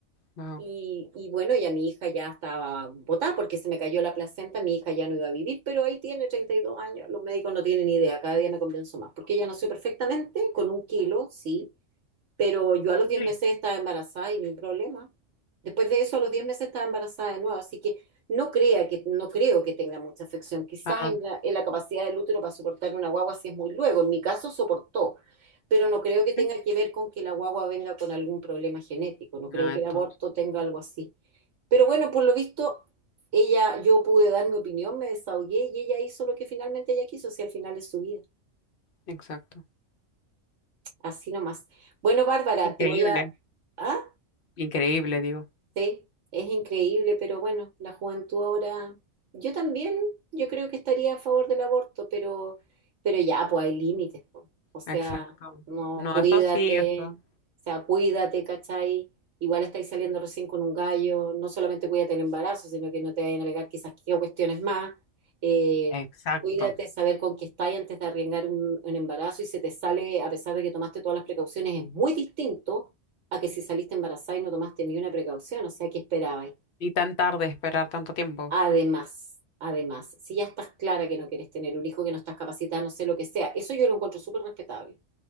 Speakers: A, on the left; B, on the right.
A: Wow.
B: y, y bueno, ya mi hija ya estaba botada porque se me cayó la placenta, mi hija ya no iba a vivir, pero ahí tiene 32 años, los médicos no tienen idea, cada día me convenzo más, porque ella nació perfectamente, con un kilo, sí, pero yo a los diez
A: Sí.
B: meses estaba embarazada y ni un problema. Después de eso, a los 10 meses estaba embarazada de nuevo, así que no crea que, no creo que tenga mucha afección. Quizás
A: Ah,
B: en la, en la capacidad del útero para soportar una guagua si es muy luego. En mi caso soportó, pero no creo que tenga
A: sí.
B: que ver con que la guagua venga con algún problema genético. No creo
A: Ah,
B: que
A: entonces.
B: el aborto tenga algo así. Pero bueno, por lo visto, ella, yo pude dar mi opinión, me desahogué y ella hizo lo que finalmente ella quiso, si al final es su vida.
A: Exacto.
B: Así nomás. Bueno, Bárbara,
A: Increíble.
B: te voy a... ¿Ah?
A: Increíble, digo.
B: Sí, es increíble, pero bueno, la juventud ahora, yo también, yo creo que estaría a favor del aborto, pero, pero ya, pues hay límites, po. O sea,
A: Exacto.
B: no,
A: No,
B: cuídate,
A: eso sí, eso.
B: o sea, cuídate, ¿cachai? Igual estáis saliendo recién con un gallo, no solamente cuídate el embarazo, sino que no te vayan a pegar quizás qué cuestiones más. Eh,
A: Exacto.
B: cuídate, saber con qué estáis antes de arriesgar un, un embarazo y se te sale, a pesar de que tomaste todas las precauciones, es muy distinto a que si saliste embarazada y no tomaste ni una precaución, o sea, ¿qué esperabais?
A: Y tan tarde esperar tanto tiempo.
B: Además, además, si ya estás clara que no quieres tener un hijo, que no estás capacitada, no sé lo que sea, eso yo lo encuentro súper respetable.